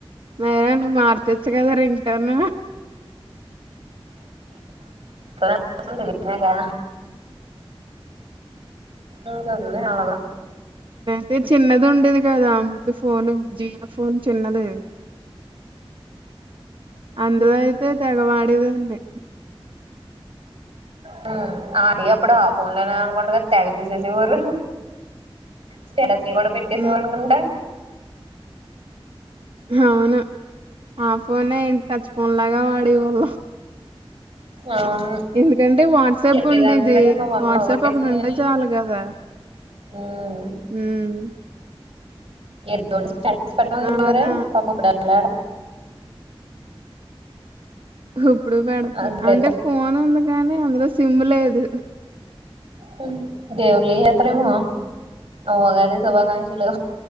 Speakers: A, on the right; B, on the right.
A: మేఘనా నువ్వు మార్చచ్చు కదా రింగ్ టోను.
B: అ తెలిద్ కదా ఇంకేది అవ్వదు
A: అదే చిన్నది ఉండేది కదా ఆ ముందు ఫోను జియో ఫోన్ చిన్నది అందులో అయితే తెగవాడే దాన్ని
B: హ్మ్ అది అప్పుడు ఆ ఫోన్ లోనే అనుకుంట కదా తెగ చూసేసే వోరు స్టేటస్ న కూడా పెట్టేసివనుకుంటా
A: హ్మ్. అవును ఆ ఫోనే టచ్ ఫోన్ లాగా వాడేవాళ్ళం.
B: అవును
A: ఎందుకంటే వాట్సాప్
B: చెప్పేదాన్ని
A: ఉండేది
B: కదా మా మమ్మీ
A: వాట్సాప్
B: పోగొట్టేసింది
A: అక్కడ ఉంటే
B: కాని
A: చాల కదా
B: ఉమ్
A: హ్మ్
B: ఎది స్టస్ పెడతంది
A: తర్వాత
B: ఎవర పాప ఇప్పుడు వెలా
A: ఇప్పుడు పెడత
B: అసలు ఇప్పుడైతే
A: అంటే ఫోన్ ఉంది కాని అందులో సిమ్ లేదు
B: హ్మ్ దేవులీ యాత్ర
A: హ్మ్.
B: పో వగాద సభా కాంచలో